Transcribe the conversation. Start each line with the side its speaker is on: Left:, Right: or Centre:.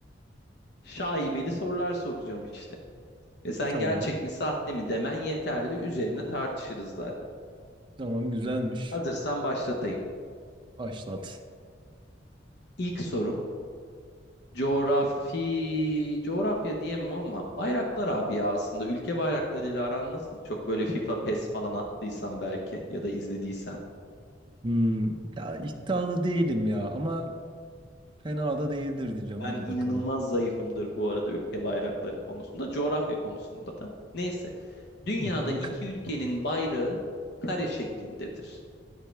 Left: şaibeli sorular soracağım işte. Ve sen
Right: Tamam.
Left: gerçek mi sahte mi demen yeterli. Üzerine tartışırız zaten.
Right: Tamam güzelmiş.
Left: Hazırsan başlatayım.
Right: Başlat.
Left: İlk sorum. Coğrafi, coğrafya diyemem ama bayraklar abi ya aslında. Ülke bayraklarıyla aran nasıl? Çok böyle FIFA, PES falan attıysan belki ya da izlediysen.
Right: Hmm, ya iddialı değilim ya ama fena da değildir diyeceğim.
Left: Ben
Right: Hadi
Left: inanılmaz
Right: bakalım.
Left: zayıfımdır bu arada ülke bayrakları konusunda, coğrafya konusunda da. Neyse. Dünyada
Right: <laughs> Bak.
Left: iki ülkenin bayrağı kare şeklindedir.